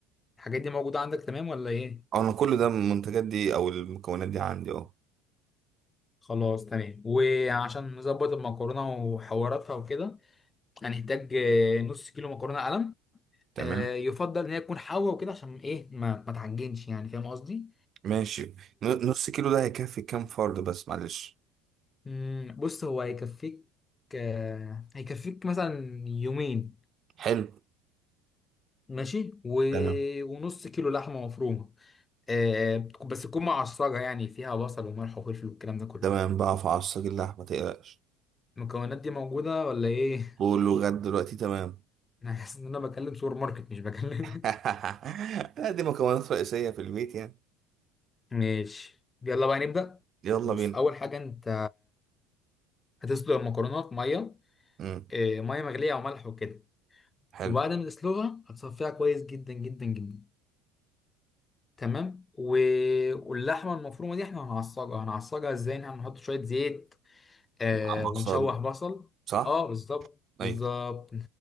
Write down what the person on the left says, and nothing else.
الحاجات دي موجوده عندك تمام ولا ايه
خلاص تمام وعشان نظبط المكرونه وحواراتها وكده هنحتاج آه، نص كيلو مكرونه قلم
آه، يفضل ان هي تكون حوا وكده عشان ايه ما ما تعجنش يعني فاهم قصدي
مم، بص هو هيكفيك آه، هيكفيك مثلا يومين
ماشي و...
ونص كيلو لحمه مفرومه آه، بس تكون معصجه يعني فيها بصل وملح وفلفل والكلام ده كله
المكونات دي موجودة ولا ايه؟
انا حاسس ان انا بكلم سوبر ماركت مش بكلم
<laughs> ماشي يلا بقى نبدأ
بص
اول حاجة انت هتسلق المكرونة في مية
إيه، مية مغلية او ملح وكده
وبعد ما تسلقها هتصفيها كويس جدا جدا جدا تمام و... واللحمة المفرومة دي احنا هنعصجها هنعصجها ازاي إن احنا هنحط شوية زيت آه
ونشوح
بصل
اه بالظبط بالظبط